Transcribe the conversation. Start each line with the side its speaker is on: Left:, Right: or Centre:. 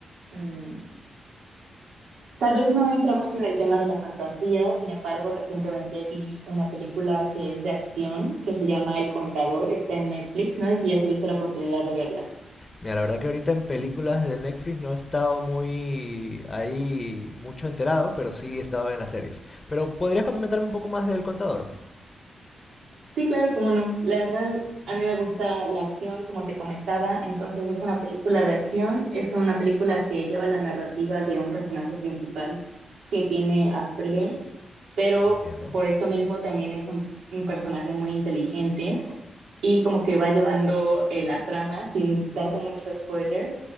Right: Mm, tal vez no entra mucho en el tema de la fantasía, sin embargo, recientemente vi una película que es de acción, que se llama El Contador, está en Netflix, no sé si ya tuviste la oportunidad de verla.
Left: Mira, la verdad que ahorita en películas de Netflix no he estado muy ahí, mucho enterado, pero sí he estado en las series. Pero ¿podrías comentarme un poco más del Contador?
Right: Sí, claro, cómo no. La verdad, a mí me gusta la acción, como te comentaba, entonces es una película de acción, es una película que lleva la narrativa de un personaje principal. que tiene Asperger's, pero
Left: Entiendo.
Right: por eso mismo también es un, un personaje muy inteligente y como que va llevando eh, la trama sin darte mucho spoiler